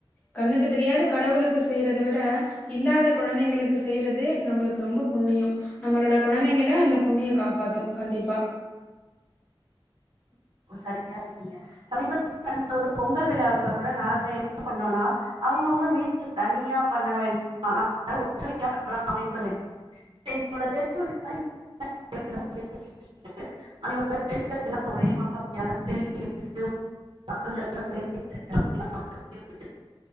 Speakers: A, on the left; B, on the right.
A: கண்ணுக்கு தெரியாத கடவுளுக்கு செய்யறதை விட இல்லாத கொழந்தைங்களுக்கு செய்யறது நம்மளுக்கு ரொம்ப புண்ணியம் நம்மளோட குழந்தைங்கள அந்த புண்ணிய காப்பாத்தும் கண்டிப்பா
B: சரியா சொன்னீங்க சமீபத்துல நடந்த ஒரு பொங்கல் விழாவில் கூட நாங்க என்ன பண்ணோம்னா அவங்கவுங்க வீட்ல தனியா பண்ண வேண்டாம் எல்லாரும் ஒற்றுமையா பண்ணலாம் அப்டின்னு சொல்லிட்டு <inaudible> <inaudible> <inaudible>